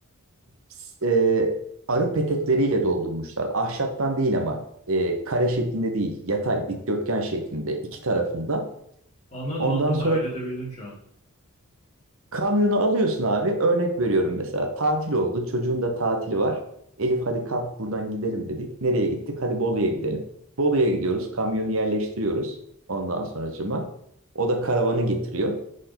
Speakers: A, on the right; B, on the left.
A: s- e, arı petekleriyle doldurmuşlar. Ahşaptan değil ama e, kare şeklinde değil, yatay, dikdörtgen şeklinde iki tarafında.
B: Anladım
A: Ondan
B: anladım
A: sonra
B: hayal edebildim şu an.
A: kamyonu alıyorsun abi. Örnek veriyorum mesela tatil oldu. Çocuğun da tatili var. Elif hadi kalk buradan gidelim dedik. Nereye gittik? Hadi Bolu'ya gidelim. Bolu'ya gidiyoruz. Kamyonu yerleştiriyoruz. Ondan sonracıma. O da karavanı getiriyor.